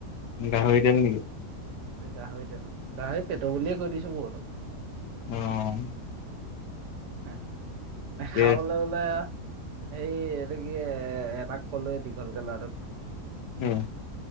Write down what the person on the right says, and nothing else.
এই গাহৰিতেল গাহৰি পেট বুলিয়ে কৈ দিছো বহুতক
হে্ নে খাবলৈ
বোলে সেই এইটো কি এটাক কলোৱে দীঘলকৈ লৰা